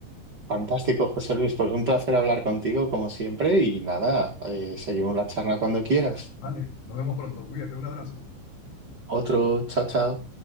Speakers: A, on the right; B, on the left.
A: Fantástico, José Luis. Pues un placer hablar contigo como siempre y nada, eh, seguimos la charla cuando quieras.
B: Vale, nos vemos pronto. Cuídate, un abrazo.
A: Otro, chao, chao.